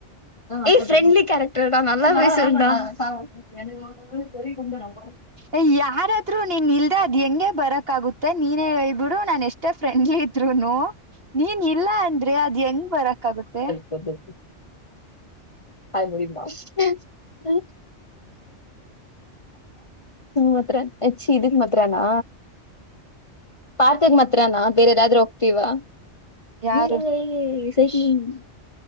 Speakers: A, on the left; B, on the right.
A: ಏ ಫ್ರೆಂಡ್ಲಿ ಕ್ಯಾರೆಕ್ಟರ್ <unintelligible> <unintelligible>
B: ಏ ಯಾರಾದ್ರೂ ನೀನ್ ಇಲ್ದೆೆ ಅದ್ ಹೆಂಗೆ ಬರಕಾಗುತ್ತೆ ನೀನೇ ಹೇಳ್ಬಿಡು ನಾನ ಎಷ್ ಟೇ ಫ್ರೆಂಡ್ಲಿ ಇದ್ರುನು ನೀನ್ ಇಲ್ಲ ಅಂದ್ರೆ ಅದ್ ಹೆಂಗ್ ಬರಾಕ್ ಆಗುತ್ತೆ.
A: ಸ ಬು <unintelligible> ಮಾತ್ರ ಹೆಚ್ಚ ಇದಕ್ ಮಾತ್ರಾನಾ. ಪಾರ್ಕಿಗ್ ಮಾತ್ರಾನಾ ಬೇರೆದಾದ್ರೂ ಹೋಗ್ತೀವಾ.
B: ಯಾರು
A: <unintelligible>